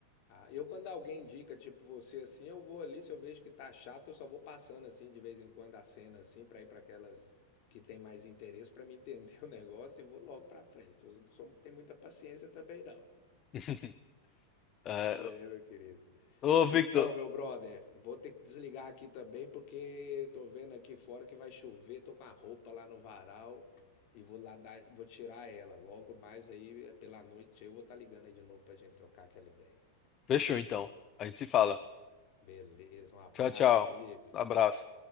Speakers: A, on the left; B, on the left.
A: ah, eu quando alguém indica, tipo você assim, eu vou ali, se eu vejo que tá chato, eu só vou passando assim de vez em quando a cena assim pra ir pra aquelas que tem mais interesse pra me entender <laughs> o negócio e vou logo pra frente. Eu não sou, não tenho muita paciência também não.
B: <laughs> Eh,
A: É, meu querido.
B: ô, Victor,
A: Então, meu brother, vou ter que desligar aqui também porque tô vendo aqui fora que vai chover, tô com a roupa lá no varal e vou lá dar, vou tirar ela. Logo mais aí é pela noite eu vou estar ligando aí de novo pra gente trocar aquela ideia.
B: fechou então. A gente se fala.
A: Beleza, um abraço,
B: Tchau, tchau.
A: Felipe.
B: Abraço.